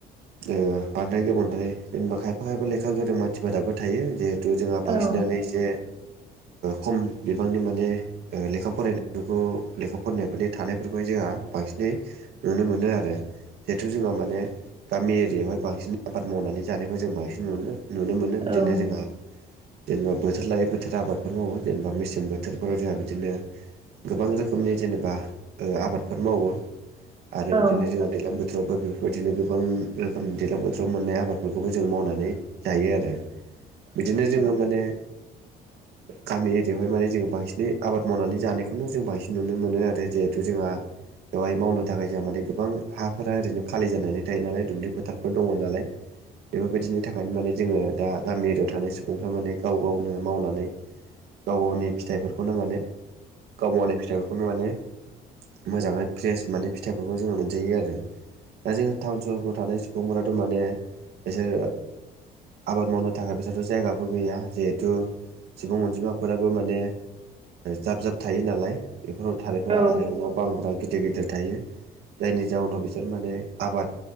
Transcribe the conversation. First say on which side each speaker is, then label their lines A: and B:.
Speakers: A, on the right; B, on the right.
A: ओ बांद्राय गोमोन आरो जेनेबा खायफा खायफा लेखा गोरों मानसिफोराबो थायो। जिहेथु जोंहा बांसिनानो
B: औ
A: एसे खम बिबांनि माने लेखा फरायनायफोरखौ लेखा फरायनायफोरनि थानायफोरखौहाय जोंहा बांसिनै नुनो मोनो आरो। जिहेथु जोंहा माने गामि एरियावहाय बांसिन आबाद मावनानै जानायखौ जों बांसिन नुनो मोनो। बिदिनो
B: औ
A: जोंहा जेनेबा बोथोर लायै बोथोर आबादफोर मावो जेनेबा मेसें बोथोरफोराव जोंहा बिदिनो गोबां रोखोमनि जेनेबा आबादफोर मावो। आरो
B: औ
A: बिदिनो जोंना दैलां बोथोरावबो बेफोरबायदिनो गोबां रोखोमनि दैलां बोथोराव बोथोराव मोननाय आबादफोरखौबो जों मावनानै जायो आरो। बिदिनो जोङो माने गामि एरियायावहाय माने जोङो बांसिनै आबाद मावनानै जानायखौनो जों बांसिन नुनो मोनो आरो। जे जोंहा बेवहाय मावनो थाखाय जों माने गोबां हाफोरा ओरैनो खालि जानानै थायो नालाय दुब्लि फोथारफोर दङ नालाय बेफोरबायदिनि थाखायनो माने जोङो दा गामि एरियाव थानाय सुबुंफ्रा माने गाव गावनो मावनानै गाव गावनि फिथाइफोरखौनो माने गाव मावनाय फिथाइफोरखौनो माने मोजाङै फ्रेस माने फिथाइफोरखौ जोङो मोनजायो आरो दा जोङो टाउन सहरफ्राव थानाय दंफोराथ' माने बिसोरो आबाद मावनो थाखाय बिसोरथ जायगाबो गैया जिहेथु सुबुं अनजिमाफोराबो माने जाब जाब थायो नालाय बेफोराव थानायफोरा
B: औ
A: आरो न बागानफोरा गिदिर गिदिर थायो जायनि जाउनाव बिसोर माने आबाद